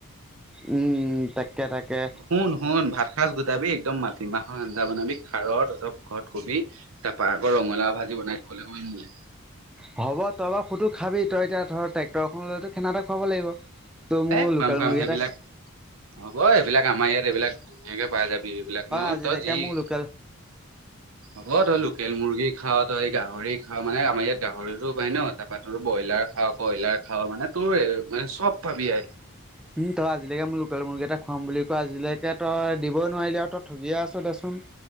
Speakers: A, in the centre; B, on the right.
A: উমঁ-উমঁ, তাকে-তাকে।
B: শুন-শুন ভাত- এসাঁচ গোটাবি একদম মাটি মাহৰ আঞ্জা বনাবি খাৰৰ লগত কবি- তাৰপৰা আকৌ ৰঙালাও ভাজি বনাই থ'ব লাগিব।
A: হ'ব তই বাৰু সুধো খাবি, তই এতিয়া ধৰ ট্ৰেক্টৰখন লৈ তো খানা এটা খুৱাব লাগিব। ত' মোৰ
B: এ খুৱাম
A: লোকেল
B: খুৱাম
A: মুৰ্গী
B: সেইবিলাক
A: এটাক-
B: হ'ব এইবিলাক আমাৰ ইয়াত এইবিলাক ধুনীয়াকে পাই যাবি। সেবিলাক ন'
A: আজিলৈকে
B: তই যি-
A: মোৰ লোকেল
B: হ'ব তই লোকেল মুৰ্গী- খাওঁ তই এই গাহৰি খাঁও মানে আমাৰ ইয়াত গাহৰিতো পায় ন' তাৰপা তো ব্ৰইলাৰ খা কইলাৰ খাওঁ মানে- তোৰ মানে চব ভাবি আৰু।
A: <unintelligible> উম' তই আজিলৈকে মোৰ লোকেল মুৰ্গী এটা খোৱাম বুলি কয় আজিলৈকে তই দিবই নোৱাৰিলি আৰু তই ঠগিয়ে আছ দে চোন।